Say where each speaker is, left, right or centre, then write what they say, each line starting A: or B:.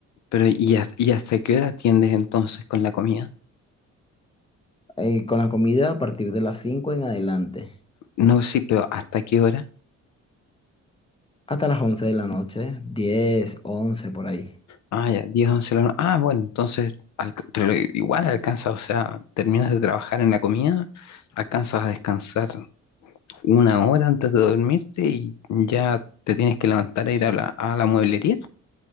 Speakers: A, on the left; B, on the left.
A: pero ¿y, has- y hasta qué hora atiendes entonces con la comida?
B: eh, con la comida a partir de las 5 en adelante,
A: No, sí, pero ¿hasta qué hora?
B: hasta las once de la noche, diez once por ahí.
A: Ah, ya, 10, 11 de la noche. Ah, bueno, entonces, alca- pero igual alcanzas, o sea, terminas de trabajar en la comida, alcanzas a descansar una hora antes de dormirte y ya te tienes que levantar a ir a la, a la mueblería.